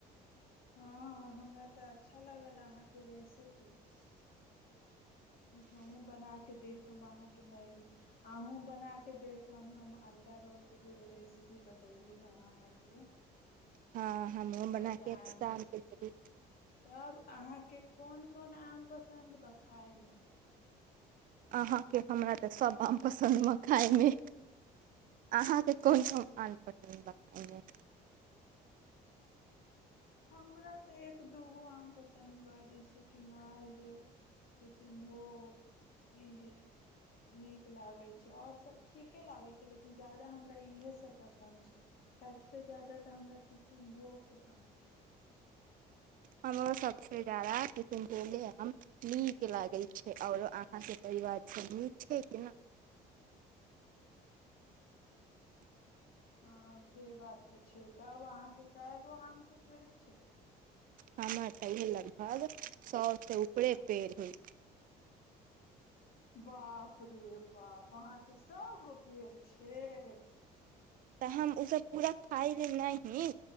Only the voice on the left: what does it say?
हँ हमरा तऽ अच्छा लागल अहाँके रेसिपी। हमहूँ बना कऽ देखम। अहाँके मैगी अहूँ बना कऽ देखब हम अंडा रोलके जे रेसिपी बतयली हे अहाँके
बतायब
तब अहाँके कोन। कोना आम पसन्द ब खाइमे।
हमरा तऽ एक दूगो आम पसन्द बा। जैस कि मालदह, किसनभोग इहे नीक लागे छै। और सब ठीके लागे छै। लेकिन ज्यादा हमरा इहे सब पसन्द छै सबस जाददा। तऽ हमरा किसनभोग पसन्द ठीक।
हँ से बात तऽ छै तब अहाँके कए गो आम के पेड़ छै
बाप रे बाप वहाके सौ गो पेड़ छैे।